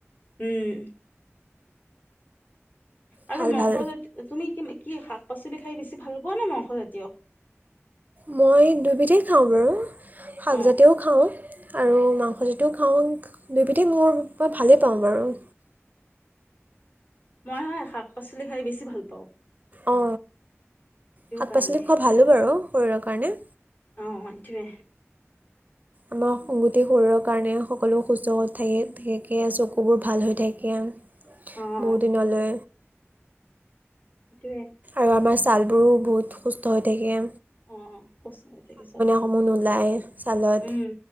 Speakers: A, on the left; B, on the right.
A: উম। আৰু
B: ভাল
A: মাংসজাতীয়
B: ভাল
A: তুমি কি কি শাক পাচলি খাই বেছি ভাল পোৱা নে মাংসজাতীয়?
B: মই দুবিধেই খাওঁ বাৰু, শাকজাতীয়ও
A: অঁ
B: খাওঁ। আৰু মাংস যিটোও খাওঁ, দুইবিধেই মোৰ ভালেই পাওঁ বাৰু।
A: মই হয় শাক পাচলি খাই বেছি ভাল পাওঁ।
B: অ',
A: সেইটো
B: শাক
A: কাৰণে
B: পাচলি খোৱা ভালো বাৰু শৰীৰৰ কাৰণে।
A: অ', অ' <unintelligible>
B: আমাৰ সংগুতি শৰীৰৰ কাৰণে সকলো সুস্থ থাক থাকে, চকুবোৰ ভাল হৈ থাকে। বহুত
A: অঁ
B: দিনলে
A: সেইটোৱে।
B: আৰু আমাৰ ছালবোৰো বহুত সুস্থ হৈ থাকে।
A: অ', সুস্থ হৈ থাকে চব।
B: <unintelligible> নোলায়ে ছালত,
A: উম,